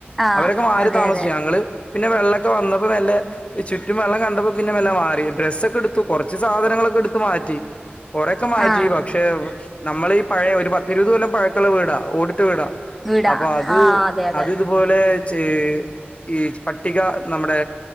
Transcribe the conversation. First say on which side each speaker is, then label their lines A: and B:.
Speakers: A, in the centre; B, on the left.
A: ആ
B: അവരൊക്കെ മാറി
A: അതെ
B: താമസിച്ച്
A: അതെ
B: ഞങ്ങള് പിന്നെ വെള്ളൊക്കെ വന്നപ്പോ മെ ല്ലെ ചുറ്റും വെള്ളം കണ്ടപ്പോ പിന്നെ മല്ലെ മാറി ഡ്രസ്സൊക്കെ എടുത്തു കൊർച്ച് സാധനങ്ങളൊക്കെ എടുത്ത് മാറ്റി. കൊറെക്കെ മാറ്റി
A: ആ
B: പക്ഷെ നമ്മളെ ഈ പഴയ ഒരു പത്തിരുപത് കൊല്ലം പഴക്കുള്ള വീടാ ഓടി ഇട്ട വീടാ
A: വീടാ
B: അപ്പൊ അത്
A: ആ അതെ അതെ
B: അത് ഇതുപോലെ <unintelligible> ഈ പട്ടിക നമ്മുടെ